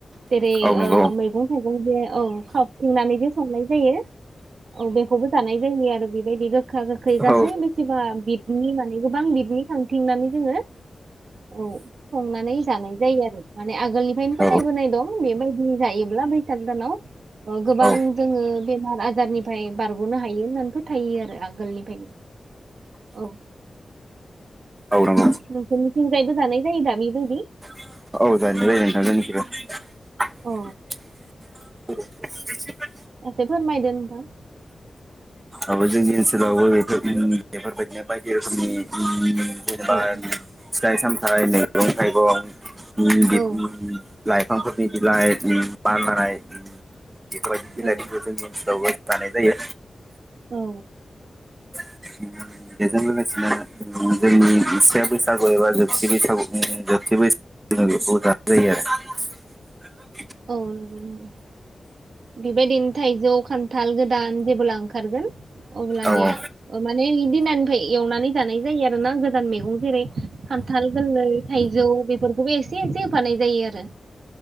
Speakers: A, on the right (about 75°); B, on the right (about 20°).
A: जेरै
B: औ नंगौ
A: ओ मैगं थाइगं जे औ खाबथिंनानै <unintelligible> साननाय जायो औ बेखौबो जानाय जायो आरो बेबायदि गोखा गोखै गासै
B: औ
A: मिथिबा बिदनि माने गोबां बिदनि खांथिंनानै जोङो औ संनानै जानाय जायो आरो माने आगोलनिफायनो फोथायबोनाय
B: औ
A: दं बेबाय दि जायोब्ला बैसाग दानाव ओ गोबां
B: औ
A: जोङो बेमार आजारनिफ्राय बारग'नो हायो होननानै फो थायो आरो आगोलनिफानो औ।
B: औ नंगौ
A: नोंसोरनिथिंजायबो जानाय जायोदा बि बायदि?
B: औ जानाय जायो नोंथां
A: अ
B: जोंनिथिबो। <inaudible> <inaudible>
A: एसे फोरमायदो नोंथां।
B: आबो जोंनि ओनसोलावबो बेफोर ओम बेफोरबायदिनो बायदि रोखोमनि ओम जेनेबा
A: औ
B: ओम फिथाइ सामथाइ मेगं मैगं <unintelligible>
A: औ
B: लाइफांफोरनि बिलाइ ओम बारलानाय ओम बेफोरबायदि बिलाइफोरखौ
A: औ
B: जोंनि ओनसोलावबो जानाय जायो।
A: औ।
B: ओम बेजों लोगोसेनो ओम जोंनि से बैसागु एबा जोबथि बैसागु ओम जोबथि बैसागु जोङो बेखौ जानाय जायो आरो।
A: औ नंगौ नंगौ, बेबायदिनो थाइजौ खान्थाल गोदान जेबोला ओंखारगोन अब्लानिया
B: आरो
A: ओ माने इदिनानिफ्राय एवनानै जानाय जायो आरो ना गोदान मेग गं जेरै खान्थाल गोरलै, थाइजौ बेफोरखौबो एसे एसे होफानाय जायो आरो।